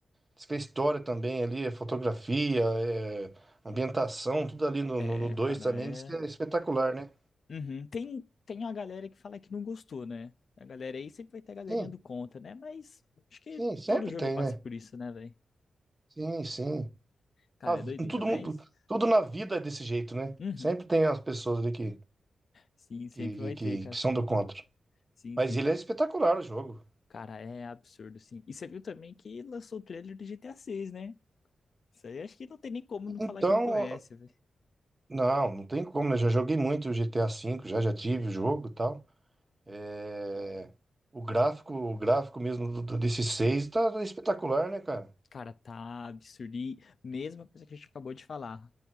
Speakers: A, on the right (about 30°); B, on the left (about 65°).
A: Diz que a história também ali, a fotografia, é, ambientação, tudo ali no
B: É,
A: no, no dois
B: cara,
A: também,
B: é.
A: diz que é espetacular, né?
B: Uhum. Tem, tem uma galera que fala que não gostou, né? A galera aí sempre vai ter a galerinha
A: Sim,
B: do contra, né? Mas acho que
A: sim, sempre
B: todo jogo
A: tem,
B: passa
A: né?
B: por isso, né, velho?
A: Sim, sim.
B: Cara,
A: A vi-
B: é doideira,
A: todo
B: mas.
A: mundo, tudo na vida é desse jeito, né?
B: Uhum.
A: Sempre tem as pessoas ali que,
B: Sim, sempre
A: que,
B: vai
A: que,
B: ter, cara.
A: que- são do contra.
B: Sim,
A: Mas
B: sim.
A: ele é espetacular o jogo.
B: Cara, é absurdo, sim. E você viu também que lançou o trailer do GTA VI, né? Isso aí acho que não tem nem como não
A: Então,
B: falar que não conhece, velho.
A: não, não tem como, né? Já joguei muito o GTA V, já, já tive o jogo e tal. É, O gráfico, o gráfico mesmo do, do, desse 6 tá espetacular, né, cara?
B: Cara, tá absurdo. E mesma coisa que a gente acabou de falar.